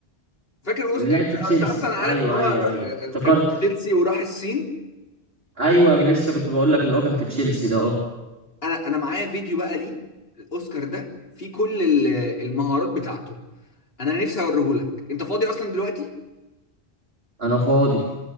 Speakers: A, on the left; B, on the right.
A: فاكر اوسكار
B: اللي لعب
A: انت
B: في تشيلسي
A: أنت اصلا عارف
B: ايوه
A: ان هو
B: ايوه ايوه افتكرت
A: ر- كان في تشيلسي وراح الصين
B: ايوه لسه كنت بقول لك اللي هو كان في تشيلسي ده اه
A: انا انا معايا فيديو بقى ليه الاوسكار ده فيه كل ال- المهارات بتاعته انا نفسي اوريهولك انت فاضي اصلا دلوقتي
B: انا فاضي